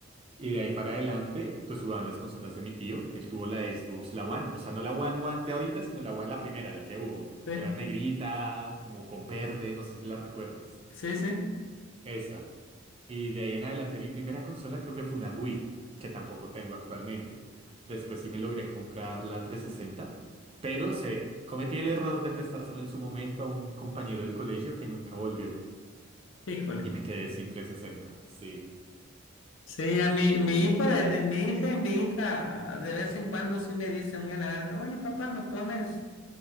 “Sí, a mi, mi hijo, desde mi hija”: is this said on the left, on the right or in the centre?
Left